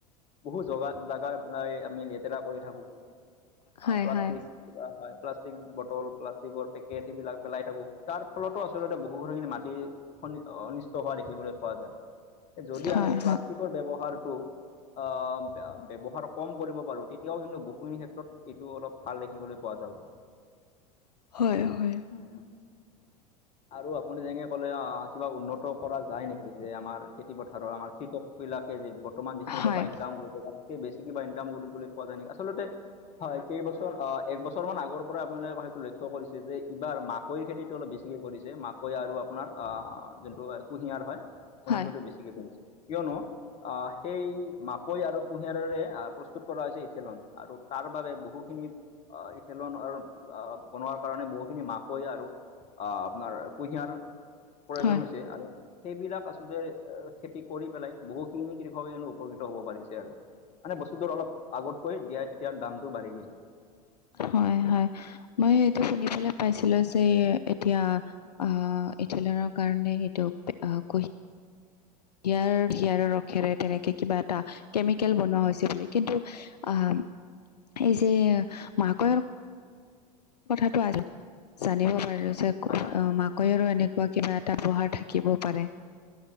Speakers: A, on the left; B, on the left.
A: বহু জগা জাগা আনাৰ আমি লেতেৰা কৰি থাকো।
B: হয়
A: প্লাষ্টিক হয় প্লাষ্টিক বটল প্লাষ্টিকৰ কেঠেই বিলাক পেলাই থাকো তাৰ ফলতো আচলতে বহু খিনি মাটি অনিষ্ট হোৱা দেখিবলৈ পোৱা যায় যদি
B: হয়
A: আমি প্লাষ্টিক
B: হয়
A: হাৰটো আহ ব্যৱহাৰ কম কৰিব পাৰো তেতিয়াও কিন্তু ব ক্ষেত্ৰত এইটো অলপ ভাল দেখিবলৈ পোৱা যাব।
B: হয় হয়।
A: হয় অ আৰু আপুনি যেনেকে ক'লে অ কিবা উন্নত কৰা যায় নেকি যে আমাৰ খেতি পথাৰৰ আমাৰ কৃষক বিলাকে যে বৰ্তমান যিখিনি
B: হয়
A: টকা ইনকাম কৰি বেছি কিবা ইনকাম কৰিবলৈ পোৱা যায় নেকি আচলতে হয় কেইবছৰ অ এক বছৰ মান আগৰ পৰা আপোনালোকে সেইটো লক্ষ্য কৰিছে যে এইবাৰ মাক কৈৰ খেতিতটো অলপ বেছিকে কৰিছে মাকৈ আৰু আপোনাৰ যোনটো কুঁহিয়াৰ হয় কুঁহিয়াৰ
B: হয়
A: খেতিটো বেছি ঠিকে কৈছে কিয়নো আহ সেই মাকৈ আৰু কুঁহিয়াৰেৰে প্ৰস্তুত কৰা হৈছে ইঠেলন আৰু তাৰ বাবে বহুখিনি ইথেলনৰ বনোৱাৰ কাৰণে বহুখিনি মাকৈ আৰু আহ আপোনাৰ কুঁহিয়াৰ প্ৰয়োজন
B: হয়
A: হৈছে আৰু সেইবিলাক আচলতে খেতি কৰি পেলাই বহুখিনি কৃষকে কিন্তু উপকৃত হ'ব পাৰিছে আৰু মানে বস্তুটোৰ অলপ আগতকৈ দিয়া এতিয়া দামটো বাঢ়ি গৈছে।
B: হয় হয় মই এইটো শুনিবলৈ পাইছিলো যে এতিয়া অ', ইথিলনৰ কাৰণে এইটো কৈ ইয়াৰ হিয়াৰৰ ৰসেৰে তেনেকে কিবা এটা কেমিকেল বনোৱা হৈছে বুলি, কিন্তু আহ এই যে মাকৈ কথাটো জানিব পাৰিলো যে
A: হয় হয় হয় হয়
B: মাক কৈৰ আৰু এনেকুৱা কিবা এটা উপহাৰ থাকিবও পাৰে।